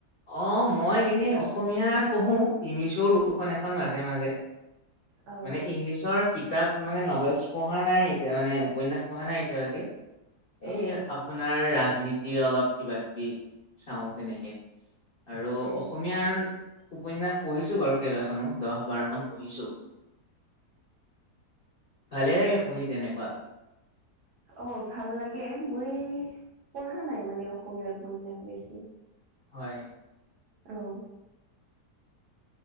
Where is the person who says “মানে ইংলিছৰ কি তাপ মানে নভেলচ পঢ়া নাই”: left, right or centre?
Left